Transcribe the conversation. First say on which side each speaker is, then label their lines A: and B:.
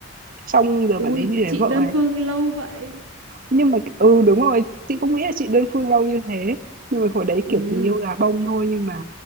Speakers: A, on the right; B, on the right.
A: Xong giờ
B: ui,
A: bạn ấy đi lấy
B: chị
A: vợ
B: đơn
A: này.
B: phương lâu vậy.
A: Nhưng mà ừ, đúng rồi, chị không nghĩ là chị đơn phương lâu như thế. Nhưng mà hồi đấy
B: Ừ,
A: kiểu tình yêu gà bông thôi nhưng mà